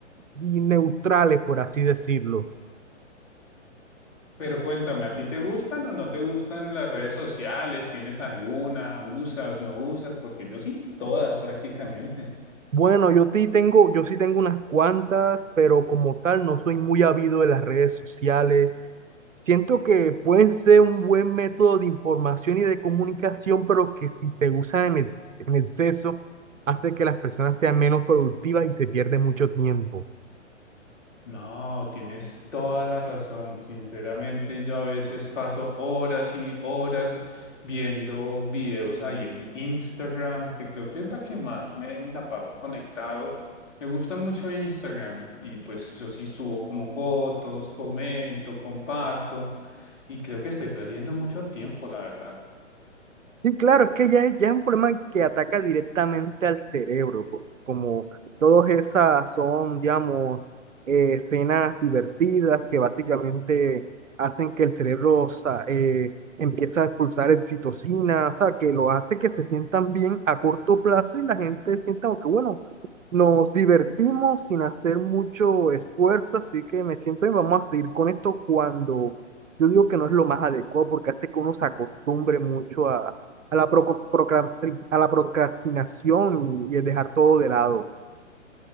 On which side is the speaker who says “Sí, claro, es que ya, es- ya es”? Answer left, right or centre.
Right